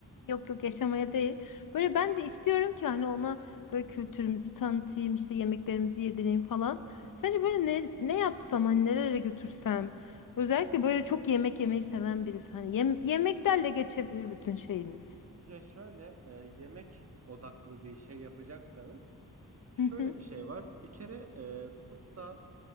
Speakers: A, on the left; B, on the right.
A: Yok yok yaşamaya değil.
B: Hı
A: Böyle
B: hı.
A: ben de istiyorum ki hani ona böyle kültürümüzü tanıtayım işte yemeklerimizi yedireyim falan. Sence
B: Hı hı.
A: böyle ne, ne yapsam hani nerelere götürsem. Özellikle böyle çok yemek yemeyi seven birisi. Hani yem- yemeklerle geçebilir bütün şeyimiz.
B: Ya şöyle e, yemek odaklı bir şey yapacaksanız şöyle
A: Hı hı.
B: bir şey var. Bir kere e, tutup da